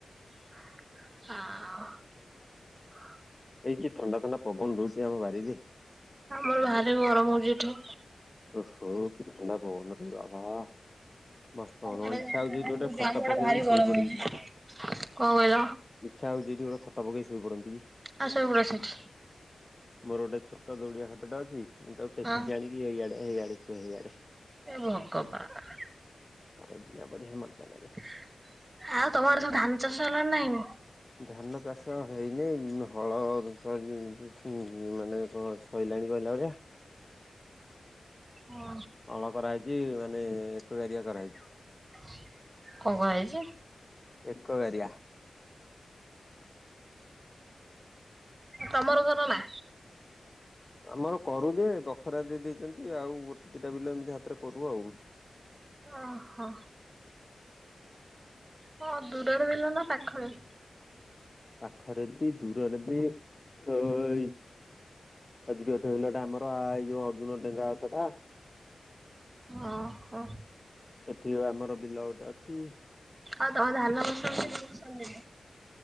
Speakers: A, on the right; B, on the left.
A: ହଁ।
B: ଏଇ କି ଥଣ୍ଡା ଥଣ୍ଡା ପବନ ଦଉଛି ଆମ ବାରିରେ।
A: ଆମର ବାହାରେ ଗରମ ହଉଛି ଏଠି।
B: ଓହୋ କି ଥଣ୍ଡା ପବନରେ ବାବା ମସ୍ତ
A: ଆମ
B: କନ
A: ଆଡେ
B: ଇଚ୍ଛା ହଉଛିଇଠି ଗୋଟେ ଖଟ ପକେଇକି
A: ଭାରି ଗରମ
B: ଶୋଇ ପଡନ୍ତି
A: ହଉଛି। କଣ କହିଲ
B: ଇଛା ହଉ ଯଦି ଗୋଟେ ଖଟା ପକେଇକି ଶୋଇପଡନ୍ତି କି।
A: ଆ ଶୋଇପଡ ସେଇଠି।
B: ମୋର ଗୋଟେ ଛୋଟ ଦଉଡିଆ ଖାଟଟେ ଅଛି। ମୁଁ ତାକୁ ଟେକିକି
A: ହଁ
B: ଆଣିକି ଏଇଆ ଏଇଆଡେ ଶୁଏ ଏଇଆଡେ।
A: ଏ ଭଗବାନ ଆଉ
B: ଖରା ଦିନିଆ ବଢିଆ ମଜା ଲାଗେ।
A: ତମ ଆଡେ ସବୁ ଧାନ ଚାଷ ହେଲାଣିନା ହେଇନି।
B: ଧାନ ଚାଷ ହେଇନି ହଳ ମାନେ ସୋଇଲାଣି କହିଲା ଭଳିଆ।
A: ଓହୋ
B: ହଳ କରାହେଇଛି। ମାନେ ଏକ ଏାରଆ କରାଇଛି।
A: କଣ କଣ ହୋଇଛି।
B: ଏକ କରିଆ।
A: ହ ତମର କର ନା।
B: ଆମର କରୁ ଯେ ବଖରା ଦେଇ ଦେଇଛନ୍ତି ଆଉ ଗୋଟେ ଦିଟା ବିଲ ଏମିତି ହାତରେ କରୁ ଆଉ
A: ଓ ହୋ ହଁ ଦୂରରେ ବିଲ ନା ପାଖରେ
B: ପାଖରେ ବି ଦୂରରେ ବି ତ ଏଇ ଆଜି ଗଛ ବିଲଟା ଆମର ଏଇ ଯୋଉ ଅର୍ଜୁନ ଡେଙ୍କା ଗଛ ଟା
A: ଓ ହୋ।
B: ସେଠି ଆମର ବିଲ ଗୋଟେ ଅଛି।
A: ଆଉ ତମର ଧାନ ବୋସୁଅନ୍ତି ନା ବସାନ୍ତିନି।